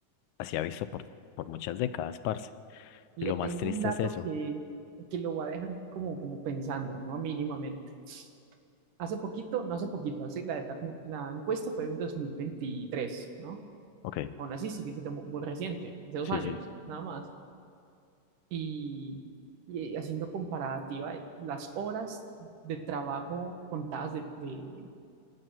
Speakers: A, on the left; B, on the right.
A: así ha visto por, por muchas décadas, parce.
B: le
A: Y lo
B: tengo
A: más triste
B: un dato
A: es eso.
B: que, que lo voy a dejar como, como pensando, ¿no? Mínimamente. Hace poquito, no hace poquito, hace, la, la, la encuesta fue en dos mil veintitrés ¿no?
A: Ok,
B: Aún así sigue siendo muy, muy reciente, hace dos
A: sí,
B: años,
A: sí,
B: nada más. y, y haciendo comparativa de las horas de trabajo contadas de, de-